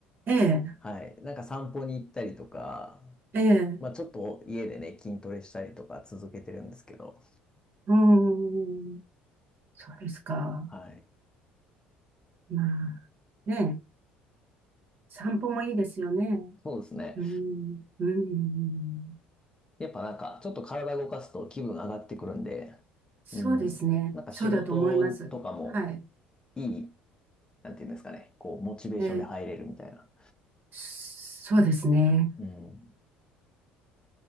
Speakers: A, on the right; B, on the left.
A: ええ、
B: はい。なんか散歩に行ったりとか、
A: ええ、
B: まあ、ちょっと家でね、筋トレしたりとか続けてるんですけど、
A: うーん、そうですか。
B: はい。
A: まあ、ね、散歩もいいですよね。
B: そうですね。
A: うん、うん、
B: やっぱなんか、ちょっと体動かすと気分上がってくるんで、
A: そうですね。
B: うん。なんか仕事とかも
A: そうだと思います。はい。
B: いいなんていうんですかね、こう、モチベーションで入れるみたいな。
A: ええ、そうですね。
B: うん。